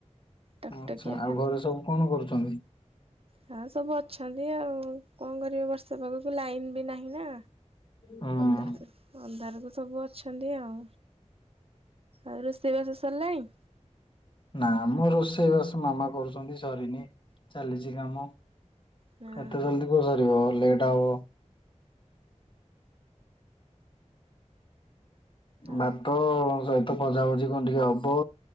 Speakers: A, on the right; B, on the left.
A: ଟକଟକିଆ
B: ଆଚ୍ଛା ଆଉ
A: ଖାଦ୍ୟ।
B: ଘରେ ସବୁ କଣ କରୁଛନ୍ତି?
A: ହଁ ସବୁ ଅଛନ୍ତି ଆଉ କଣ କରିବେ ବ ର୍ଷା ପାଗକୁ ଲାଇନ ବି ନାହିଁ ନା
B: ହୁଁ
A: ଅନ୍ଧାର ଦେଖା ଅନ୍ଧାରକୁ ସବୁ ଅଛନ୍ତି ଆଉ ଆଉ ରୋଷେଇବାସ ସାରିଲାଣି?
B: ନା ମ ରୋଷେଇବାସ ମାମା କରୁଛନ୍ତି ସରିନି। ଚାଲିଛି କାମ
A: ନା
B: ଏତେ ଜଲଦି କଉସରିବ ଲେଟ୍ ହବ।
A: ହଁ
B: ଭାତ ସରି ତ ଭଜାଭଜି କଣ ଟିକେ ହବ।